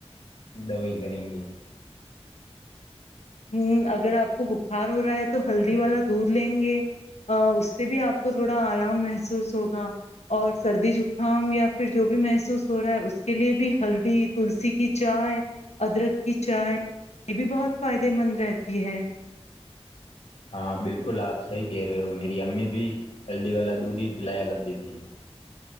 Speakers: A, on the left; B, on the left.
A: دوائی کریں گے <inaudible>
B: ہ اگر آپ کو بخار ہو رہا ہے تو ہلدی والا دودھ لیں گے اس سے بھی آپ کو تھوڑا آرام محسوس ہوگا اور سردی جکام یا پھر جو بھی محسوس ہو رہا ہے اس کے لیے بھی ہلدی تلسی کی چائے ادرک کی چائے یہ بھی بہت فائدے مند رہتی ہے
A: ہاں بالکل آپ صحیح کہہ رہے ہو میری امی بھی ہلدی والا دودھ ہی پلایا کرتی تھی